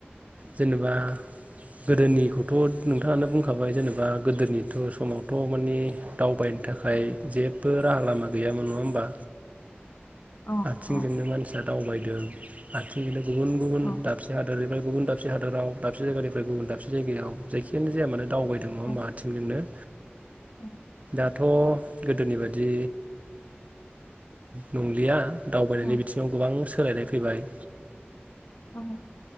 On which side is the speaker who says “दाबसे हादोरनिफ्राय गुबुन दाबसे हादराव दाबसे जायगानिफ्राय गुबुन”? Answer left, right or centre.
Right